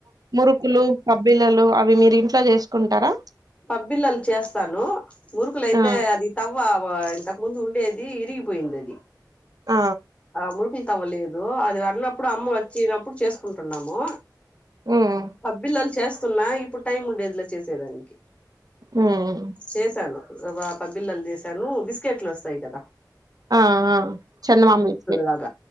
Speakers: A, on the right (about 60°); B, on the left (about 15°).
A: మురుకులు పప్ పిల్లలు అవి మీరు ఇంట్లో చేసుకుంటారా
B: పబ్బిల్లలు చేస్తాను మురుకులుయితే
A: ఆ
B: అది తవ్వవా ఇంత ముందు ఉండేది ఇరుగిపోయింది అది
A: ఆ
B: ఆ మురుకులు తవ్వలేదు అది అడినప్పుడు అమ్మ వచ్చినప్పుడు చేసుకుంటున్నాము
A: హ్మ్
B: పబ్బిల్లాల్ చేస్ వస్తున్నా ఇప్పుడు టైం ఉండేదిలా చేసేదానికి
A: హ్మ్
B: చేసాను పబ్ బిల్లలు చేశాను బిస్కెట్లు వస్తాయి కదా
A: ఆ ఆ చంద మామిలు
B: లాగ